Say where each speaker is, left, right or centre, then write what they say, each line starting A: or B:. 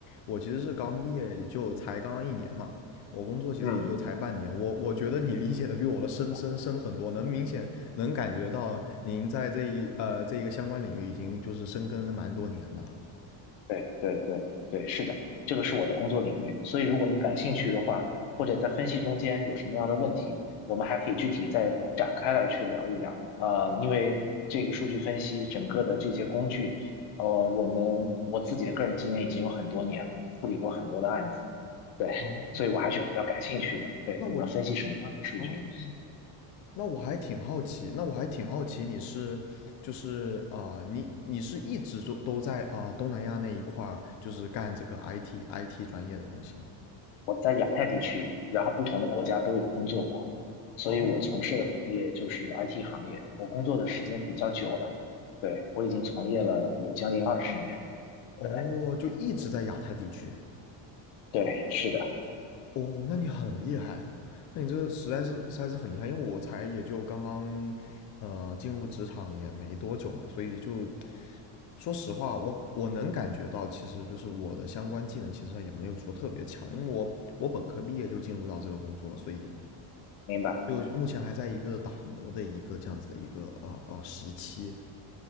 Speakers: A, on the left; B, on the left.
A: 我其实是刚毕业，也就才刚刚一年嘛，我工作其实也就才半年。
B: 嗯，
A: 我我觉得你理解的比我的深深深很多，
B: 明白。
A: 能明显能感觉到您在这一呃这一个相关领域已经就是深耕蛮多年的了。
B: 对对对对，是的，这个是我的工作领域，所以如果你感兴趣的话，或者在分析中间有什么样的问题，我们还可以具体再展开来去聊一聊。呃，因为这个数据分析整个的这些工具，呃，我们我自己的个人经验已经有很多年了，处理过很多的案子，对，
A: 哦，
B: 所以我还是比较感兴趣的。对，
A: 那我
B: 你们分析什么样的数据？
A: 哦，那我还挺好奇，那我还挺好奇，你是就是啊、呃你你是一直都都在啊、呃东南亚那一块儿，就是干这个 IT IT 专业的东西吗？
B: 我在亚太地区，然后不同的国家都有工作过，所以我从事的行业就是
A: 哦
B: IT 行业。我工作的时间比较久了，对，我已经从业了有将近二十年。
A: 哦，
B: 对，
A: 就一直在亚太地区。
B: 对，是的，
A: 哦，那你很厉害啊！那你这个实在是实在是很厉害，因为我才也就刚刚，呃，进入职场也没多久嘛，所以就说实话，我我能感觉到，其实就是我的相关技能其实也没有说特别强，因为我我本科毕业就进入到这个工作了，所以
B: 明白，
A: 就目前还在一个打磨的一个这样子的一个呃呃时期。